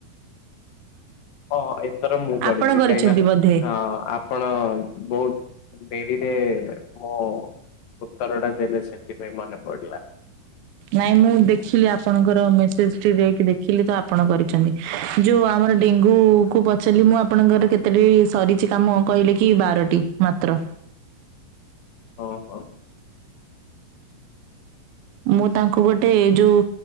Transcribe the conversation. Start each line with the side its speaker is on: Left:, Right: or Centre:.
Left: ହଁ ଏଥର ମୁଁ କରିଚି
Right: ଆପଣ କରିଛନ୍ତି
Left: କାହିଁକିନା
Right: ବୋଧେ?
Left: ଅ ଆପଣ ଅ ବହୁତ୍ ଡେରିରେ ମୋ ଉତ୍ତର ଟା ଦେଲେ ସେଥିପାଇଁ ମନେ ପଡିଲା।
Right: ନାଇଁ ମୁଁ ଦେଖିଲି ଆପଣଙ୍କର ମେସେଜ୍ ଟି ଯାଇକି ଦେଖିଲି ତ ଆପଣ କରିଚନ୍ତି। ଯଉ ଆମର ଡେଙ୍ଗୁ କୁ ପଚାରିଲି ମୁଁ ଆପଣଙ୍କର କେତେଟି ସରିଚି କାମ କହିଲେ କି ବାରଟି। ମାତ୍ର।
Left: ଓହୋ।
Right: ମୁଁ ତାଙ୍କୁ ଗୋଟେ ଏ ଯଉ